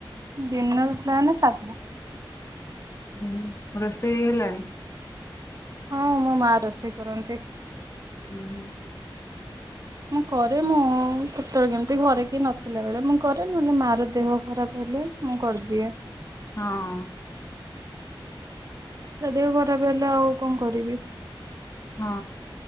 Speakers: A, on the right (about 40°); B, on the left (about 35°).
A: ଡିିନର ପ୍ଲାନ୍ ସାଧା।
B: ହୁଁ ରୋଷେଇ ହେଲାଣି?
A: ହଁ ମୋ ମା ରୋଷେଇ କରନ୍ତି।
B: ହୁଁ ହୁଁ।
A: ମୁଁ କରେ ମୁଁ କେତେବେଳେ କେମିତି ଘରେ କିଏ ନଥିଲା ବେଳେ ମୁଁ କରେ। ନହେଲେ ମା ର ଦେହ ଖରାପ ହେଲେ ମୁଁ କରିଦିଏ।
B: ହଁ।
A: ତା ଦେହ ଖରାପ ହେଲେ ଆଉ କଣ କରିବି?
B: ହଁ।